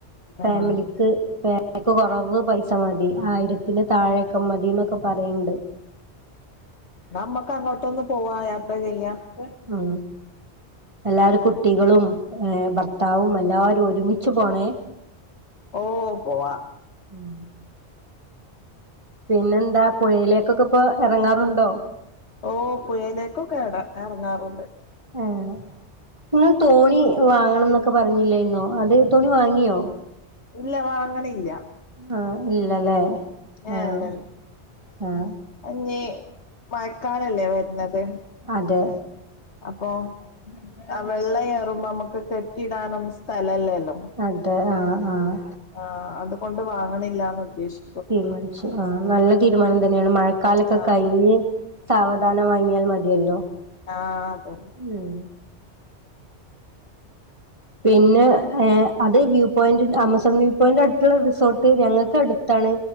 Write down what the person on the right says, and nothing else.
ഫാമിലി
ക്ക് <unintelligible> കൊറവ് പൈസ മതി ആയിരത്തില് താഴേക്കെ മതി ന്നൊക്കെ പറീണ്ട്.
ഉം എല്ലാരും കുട്ടികളും ഏഹ് ഭർ ത്താവും എല്ലാരൊര്മിച്ച് പോണോ?
ഉം പിന്നെന്താ പുഴയിലേക്കൊക്കെപ്പൊ എറങ്ങാറ്ണ്ടോ?
ഉം ഇങ്ങള് തോണി വാങ്ങണം ന്നൊക്കെ പർഞ്ഞില്ലേന്നോ അത് തോണി വാങ്ങ്യോ?
ആഹ് ഇല്ലല്ലേ
ആഹ്
ആഹ്
അതൊ
അതാ ആഹ് ആഹ്
തീര്മാനിച്ചു ആഹ് നല്ല തീരുമാനം തന്നെണ് മഴക്കാലൊക്കെ
കഴിഞ്ഞ് സാവധാനം വാങ്ങ്യാ മത്യല്ലോ
ഉം പിന്നെ എഹ് അത് വ്യൂ പോയിന്റ് ആമസോൺ വ്യൂ പോയിന്റട്ത്ത്ള്ള റിസോർട്ട് ഞങ്ങക്കട് താണ്